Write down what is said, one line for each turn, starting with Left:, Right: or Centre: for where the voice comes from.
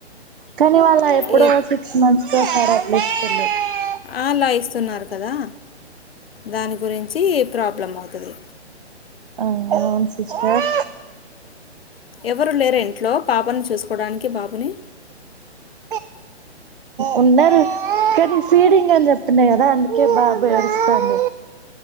Right: కానీ వాళ్ళ ఎప్పుడో
Left: ఏ
Right: <inaudible>
Left: ఆ అలా ఇస్తే స్తు ఉన్నారు కదా దాని గురించి ప్రాబ్లం అవుతుంది
Right: అ మేన్ సిస్టర్
Left: ఎవరు లేరా ఇంట్లో పాపని చూసుకోవడానికి బాబుని
Right: ప ఉన్నారు కానీ ఫీడింగ్ అని చెప్తున్నాయి కదా అందుకే బాబడుస్తాను